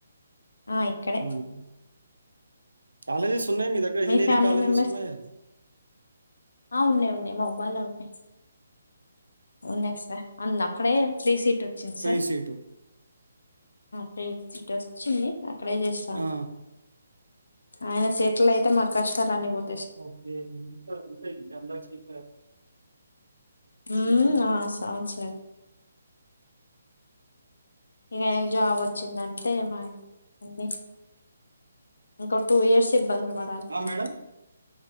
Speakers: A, on the left (about 75°); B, on the right (about 80°).
A: ఆ ఇక్కడే
B: హ్మ్. కాలేజెస్ ఉన్నాయి మీ దగ్గర ఇంజనీరింగ్
A: ఫ్యామిలీ
B: కాలేజెస్
A: మెంబర్స్
B: ఉన్నాయ
A: ఆ ఉన్నాయి ఉన్నాయి మాక్ బానే ఉన్నాయి ఉన్నాయ్ అందు అక్కడే ఫ్రీ సీట్ వచ్చింది
B: ఫ్రీ
A: సార్
B: సీటు.
A: ఫ్రీ వచ్చింది అక్కడే చేస్తాండు
B: ఆ!
A: ఆయన సెటిల్ అయితే మాకు కష్టాలన్ని పోత్
B: ఓకే ఇంకా ఇంకా
A: మ్మ్
B: హ్మ్.
A: ఆ అవును సార్ ఇక జాబ్ వచ్చిందంటే మా అయని ఇంకో టూ ఇయర్స్ ఇబ్బందులు పడాలి Sir
B: ఆ! madam.